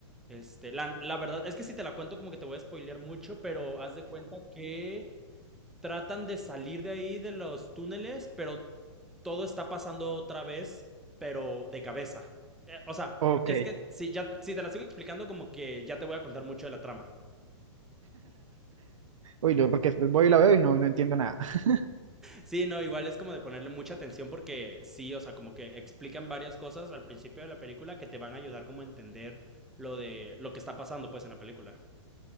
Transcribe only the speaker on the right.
Ok.
Uy, no, porque después voy y la veo y no, no entiendo nada. <laughs>